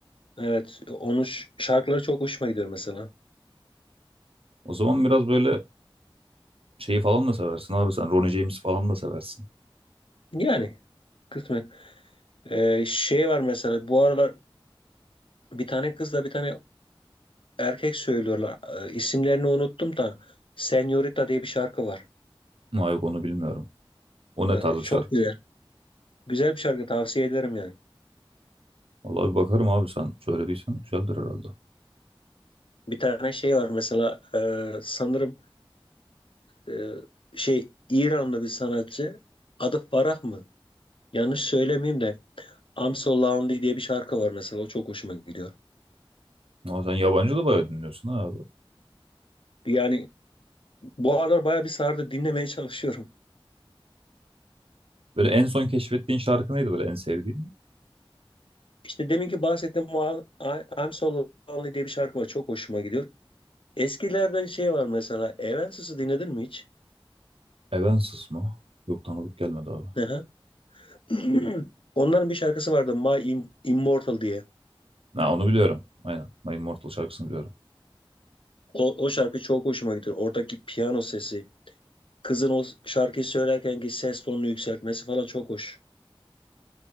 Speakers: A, on the left (about 65°); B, on the right (about 75°).
A: Evet, onun ş- şarkıları çok hoşuma gidiyor mesela.
B: O zaman biraz böyle şeyi falan da seversin abi sen. Ronnie James falan da seversin.
A: Yani kısmen. Ee, şey var mesela bu aralar bir tane kızla bir tane erkek söylüyorlar. Ee, isimlerini unuttum da Senorita diye bir şarkı var.
B: Ama yok onu bilmiyorum. O
A: Ee,
B: ne tarz bir
A: çok
B: şarkı?
A: güzel. Güzel bir şarkı tavsiye ederim yani.
B: Vallahi bir bakarım abi sen söylediysen güzeldir herhalde.
A: Bir tane şey var mesela e, sanırım e, şey İranlı bir sanatçı. Adı Farah mı? Yanlış söylemeyeyim de I'm So Lonely diye bir şarkı var mesela. O çok hoşuma gidiyor.
B: Ama sen yabancı da bayağı dinliyorsun ha abi.
A: Yani bu aralar bayağı bir sardı. Dinlemeye çalışıyorum.
B: Böyle en son keşfettiğin şarkı neydi böyle en sevdiğin?
A: İşte deminki bahsettiğim o I- I'm So Lonely diye bir şarkı var. Çok hoşuma gidiyor. Eskilerden şey var mesela. Evanescence'ı dinledin mi hiç?
B: Evanescence mı? Yok tanıdık gelmedi abi.
A: Hı hı. <clears throat> Onların bir şarkısı vardı My Im- Immortal diye.
B: Ha, onu biliyorum. Aynen. My Immortal şarkısını biliyorum.
A: O, o şarkı çok hoşuma gidiyor. Oradaki piyano sesi. Kızın o şarkıyı söylerkenki ses tonunu yükseltmesi falan çok hoş.